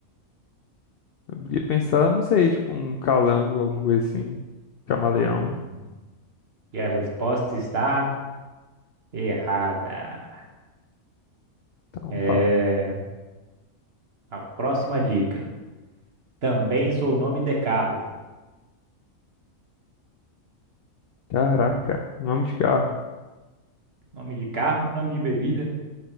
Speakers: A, on the left; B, on the right.
A: Eu ia pensar, não sei, tipo um calango, alguma coisa assim. Camaleão.
B: Hum. E a resposta está errada.
A: Então,
B: É
A: pá.
B: a próxima dica. Também sou nome de carro.
A: Caraca, nome de carro.
B: Nome de carro, nome de bebida.